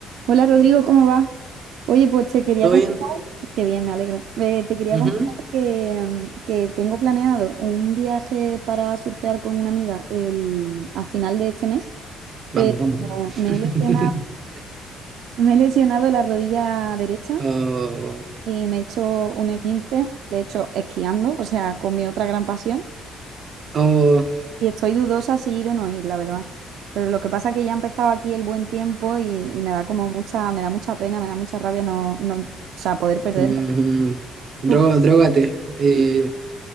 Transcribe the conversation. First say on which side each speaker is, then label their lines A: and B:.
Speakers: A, on the right; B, on the right.
A: Hola Rodrigo, ¿cómo va? Oye, pues te quería
B: ¿Todo
A: comentar,
B: bien?
A: qué bien, me alegro. Eh, te quería
B: Ujú.
A: comentar que, mm, que tengo planeado un viaje para surfear con una amiga el, a final de este mes.
B: Vamos, vamos.
A: Como Me
B: <laughs>
A: he lesionado, me he lesionado la rodilla derecha
B: Oh,
A: y me he hecho un E15, de hecho, esquiando, o sea, con mi otra gran pasión.
B: oh,
A: Y estoy dudosa si ir o no ir, la verdad. Pero lo que pasa es que ya ha empezado aquí el buen tiempo y, y me da como mucha, me da mucha pena, me da mucha rabia no, no, o sea, poder perderme.
B: mm, droga,
A: ¿Tú qué?
B: drógate. Eh,